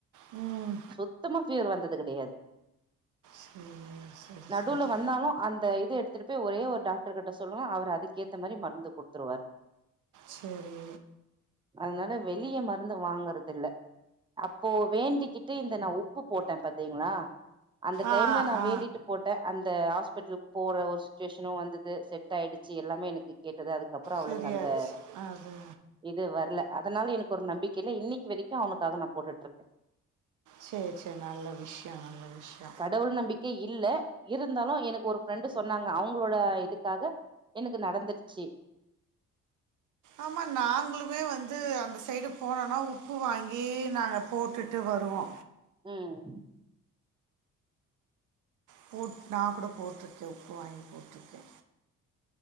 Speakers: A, on the right; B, on the right.
A: ம்
B: சுத்தமா ஃபீவ்ரு வந்தது கெடையாது
A: சரி சரி
B: நடுவ்ல
A: சரி
B: வந்தாலு அந்த இது எடுத்துட்டு போய் ஒரே ஒரு டாக்டர் கிட்ட சொல்லுவ அவுரு அதுக்கேத்த மாரி மருந்து குடுத்துருவாரு
A: சேரி
B: அதனால வெளிய மருந்து வாங்கறதில்ல அப்போ வேண்டிக்கிட் டு இந்த நா உப்பு போட்டே பாத்தீங்ளா அந்த
A: ஆ
B: டைம்ல நா
A: ஆ
B: வேண்டிட்டு போட்டே அந்த ஹாஸ்பிட்லுக்கு போற ஒரு சிச்சுவேஷனு வந்தது செட் ஆயிடுச்சு எல்லாமே எனக்கு கேட்டது அதுக் கப்றோ அவுளுக்
A: சரியாச்சு
B: அந்த
A: அது
B: இது வர்ல அத்னால எனக்கு ஒரு நம்பிக்க இல்ல இன்னிக்கி வரிக்கு அவுனுக்காக நா போட்டுட்ருக்கே
A: சேர் சே நல்ல விஷ்யோ நல்ல விஷ்யோ
B: கடவுள் நம்பிக்க இல்ல இருந்தாலு எனக்கு ஒரு ஃப்ரெண்டு் சொன்னாங்க அவுங்களோட இதுக்காக எனுக்கு நடந்துர்ச்சி
A: ஆமா நாங்குளுமே வந்து அந்த சைடு போனோனா உப்பு வாங்கி நாங்க போட்டுட்டு வருவோ
B: ம்
A: போட் நா கூட போட்ருக்கே உப்பு வாங்கி போட்ருக்கே